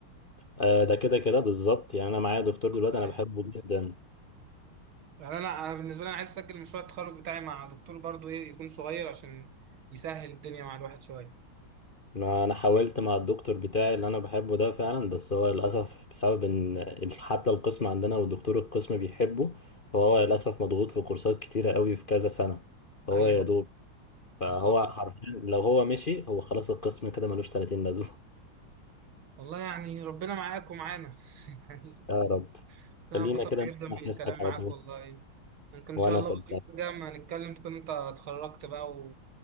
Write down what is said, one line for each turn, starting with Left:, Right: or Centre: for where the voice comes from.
Left: آه ده كده كده بالظبط يعني أنا معايا دكتور دلوقتي
Right: أيوة.
Left: أنا بحبه جدا
Right: يعني انا انا بالنسبه لي انا عايز اسجل مشروع التخرج بتاعي مع دكتور برضو ايه يكون صغير عشان يسهل الدنيا مع الواحد شويه
Left: ما أنا حاولت مع الدكتور بتاعي اللي أنا بحبه ده فعلا بس هو للأسف بسبب إن ال- حتى القسم عندنا ودكتور القسم بيحبه فهو للأسف مضغوط في كورسات كتيرة قوي في كذا سنة فهو
Right: ايوه
Left: يا دوب فهو
Right: بالظبط
Left: حرفيا لو هو مشي هو خلاص القسم كده ملوش 30 لازمة <laughs>
Right: والله يعني ربنا معاك ومعانا <laughs> يعني
Left: يا رب
Right: بس أنا
Left: خلينا
Right: انبسطت
Left: كده
Right: جدا
Left: نسمع
Right: بالكلام
Left: حسك
Right: معاك
Left: على طول
Right: والله ممكن إن
Left: وأنا
Right: شاء الله
Left: صدقت
Right: بقى ما نتكلم تكون أنت اتخرجت بقى